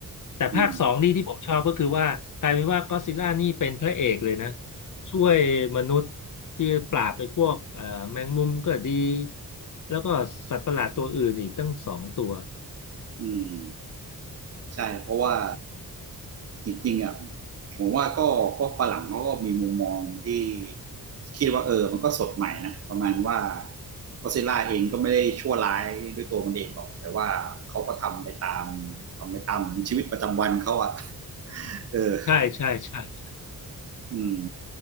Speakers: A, on the left; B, on the right.
A: แต่ภาคสองนี่ที่ผมชอบก็คือว่ากลายเป็นว่าก็อดซิลล่านี่เป็นพระเอกเลยนะ
B: อืม
A: ช่วยมนุษย์ที่ปราบไปพวกเอ่อแมงมุมก็ดีแล้วก็สัตว์ประหลาดตัวอื่นอีกตั้งสองตัว
B: อืม ใช่เพราะว่าจริงๆอ่ะผมว่าก็ก็ฝรั่งเขาก็มีมุมมองที่คิดว่าเออมันก็สดใหม่นะประมาณว่าก็ซิล่าเองก็ไม่ได้ชั่วร้ายด้วยตัวมันเองหรอกแต่ว่าเขาก็ทำไปตามทำไปตามเหมือนชีวิตประจำวันเขาอ่ะ <laughs> เออ
A: ใช่ใช่ใช่
B: อืม